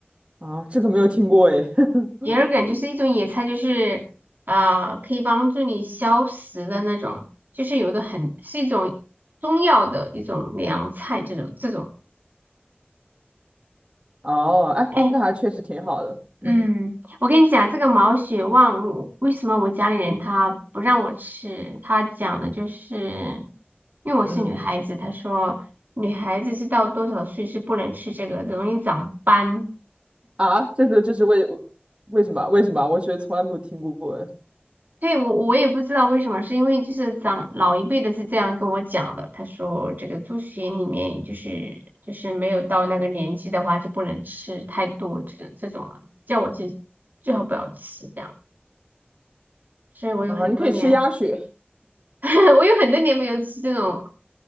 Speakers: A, on the right (about 30°); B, on the right (about 50°).
A: 啊，这个没有听过哎。<laughs>
B: 桔儿梗就是一种野菜，就是啊、可以帮助你消食的那种，就是有的很是一种中药的一种凉菜，这种这种。
A: 哦，哎，
B: 哎，
A: 那还确实挺好的。嗯
B: 嗯，我跟你讲这个毛血旺，我为什么我家里人他不让我吃？他讲的就是因为我是女孩子，
A: 嗯，
B: 他说女孩子是到多少岁是不能吃这个，容易长斑。
A: 啊，这是这是为为什么为什么？我觉得从来没有听过哎。
B: 对，我我也不知道为什么，是因为就是长老一辈的是这样跟我讲的，他说这个猪血里面就是就是没有到那个年纪的话就不能吃太多这这种了，叫我去最好不要吃这样，所以我有很多年
A: 啊，你可以吃鸭血
B: <laughs> 我有很多年没有吃这种